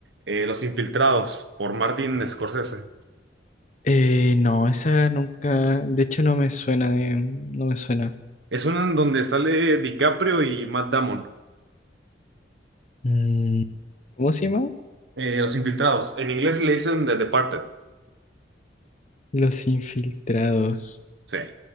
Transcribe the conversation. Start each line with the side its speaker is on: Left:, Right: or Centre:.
Right: eh, Los Infiltrados por Martin Scorsese.
Left: Eh, no, esa nunca, de hecho no me suena de, no me suena.
Right: Es uno en donde sale DiCaprio y Matt Damon,
Left: Mm, ¿cómo se llama?
Right: eh, Los Infiltrados. En inglés le dicen The Departed,
Left: Los infiltrados.
Right: sí.